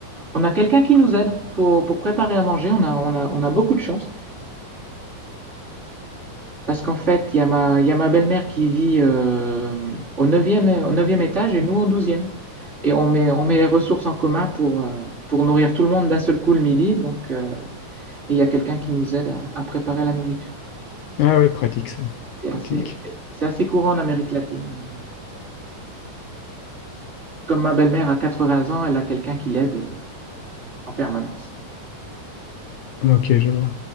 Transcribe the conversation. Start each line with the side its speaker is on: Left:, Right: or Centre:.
Right: on a quelqu'un qui nous aide pour, pour préparer à manger. On a, on a, on a beaucoup de chance. Parce qu'en fait, il y a ma, il y a ma belle-mère qui vit euh, au neuvième au 9 étage et nous au douzième. Et on met, on met les ressources en commun pour, euh, pour nourrir tout le monde d'un seul coup le midi. Donc, euh, et il y a quelqu'un qui nous aide à, à préparer la nourriture.
Left: Ah ouais, pratique ça.
Right: C'est assez,
Left: Pratique.
Right: c'est assez courant en Amérique latine. Comme ma belle-mère a 80 ans, elle a quelqu'un qui l'aide euh, en permanence.
Left: Ok, je vois.